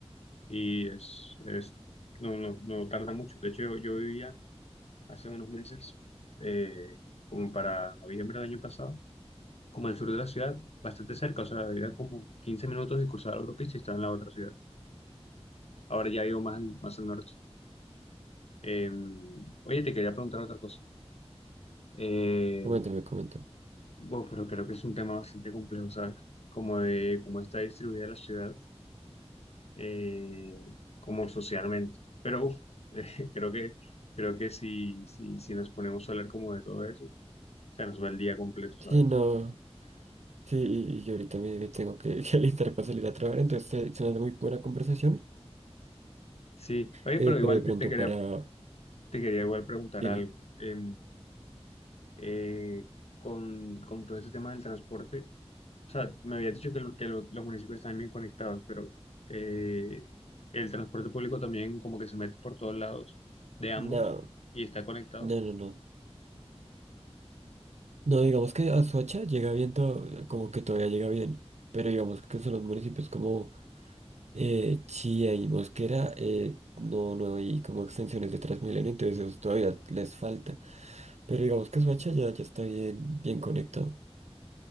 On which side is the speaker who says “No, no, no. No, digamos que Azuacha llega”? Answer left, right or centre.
Right